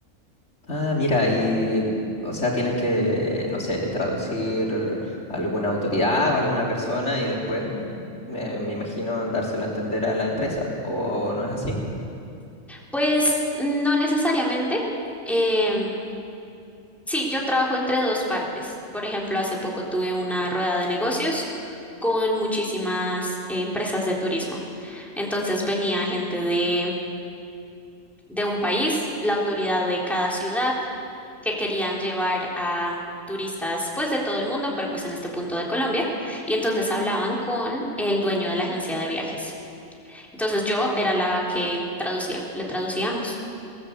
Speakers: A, on the left (about 60°); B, in the centre.
A: Ah, mira, y, el- o sea, tienes que, no sé, traducir a alguna autoridad o alguna persona y después, mm, me, me imagino, dárselo a entender a la empresa, ¿o no es así?
B: Pues no necesariamente. em, sí, yo trabajo entre dos partes. Por ejemplo, hace poco tuve una rueda de negocios con muchísimas eh, empresas de turismo. Entonces venía gente de, de un país, la autoridad de cada ciudad, que querían llevar a turistas pues de todo el mundo, pero pues en este punto de Colombia, y entonces hablaban con el dueño de la agencia de viajes. Entonces yo era la que traducía, le traducíamos.